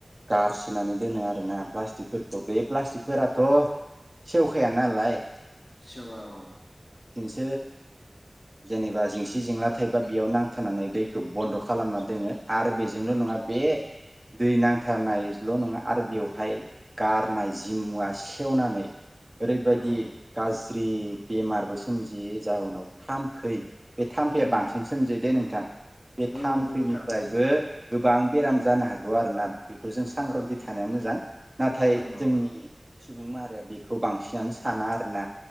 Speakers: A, on the right; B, on the left.
A: गारसोनानै दोनो आरो ना प्लास्टिकफोरखौ बे प्लास्टिकफोराथ'
B: औ
A: सेवखाया नालाय
B: सेवा औ
A: ओ जेनेबा जेंसि जेंला थायो बा बेयाव नांथानानै दैखौ बन्द' खालामना दोनो। आरो बेजोंल'
B: औ
A: नङा बे दै नांथानायल' नङा आरो बेवहाय गारनाय जि मुवा सेवनानै ओरैबायदि
B: औ
A: गाज्रि ज्रि बेमारबो सोमजियै जाहनाव थाम्फै बे थाम्फैया
B: उम
A: बांसिन सोमजिदो नोंथां बे
B: औ
A: थाम्फैनिफ्रायबो
B: नंगौ नोंथां
A: गोबां बेराम जानो हागो आरोना बेखौ जों सांग्रांथि
B: उम
A: थानाया मोजां नाथाय
B: औ
A: जोंनि
B: औ
A: सुबुं माहारिया बेखौ बांसिनानो साना आरो ना।